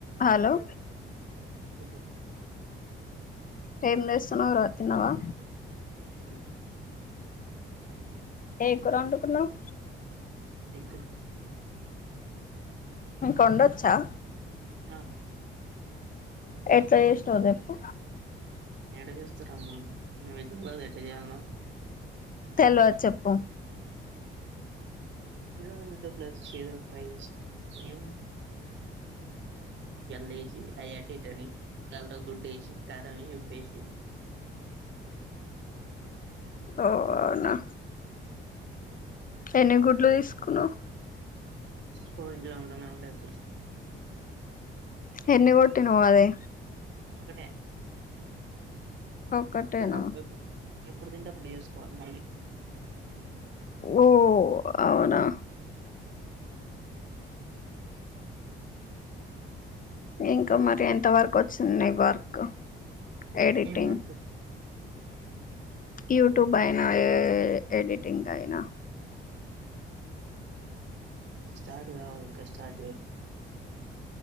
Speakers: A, on the left (about 45°); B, on the right (about 70°).
A: hello
B: వ చెప్పం
A: time నేస్తున్నావురా తిన్నావా
B: తిన్న
A: ఏం కూర అండుతున్నావ్
B: ఎక్కడ
A: కొండ వచ్చా
B: ఆ
A: యెట్లా చేసినవ్ చెప్పు
B: నే ఎట చేస్తారమ్మా మే విద ఎట చేయాలం
A: తెల్వదు చెప్పు
B: ట్యై ఆంత హార న షి ఎ <unintelligible> అయని గుడ్డి కారం వ ఉప్పేసి
A: అవునా ఎన్ని గుడ్లు తీసుకున్నావు
B: పో ఇంట్లో ఉండనే ఉంటాయి ఇప్పుడు
A: ఎన్ని కొట్టినవ్ అది
B: ఒకటే
A: ఒకటేనా
B: తిన్నప్పుడు ఎప్పుడు ఎప్పుడు తింటేప్పుడు చేసుకోవాలి మళ్ళీ
A: ఓ అవునా ఇంకా మరి ఎంత వరకు వచ్చింది వర్క్ ఎడిటింగ్
B: ఏం వర్క్
A: యూట్యూబ్ అయినా ఎడిటింగ్ అయినా
B: స్టార్ట్ కావాలి ఇంకా స్టార్ట్ చేయాలే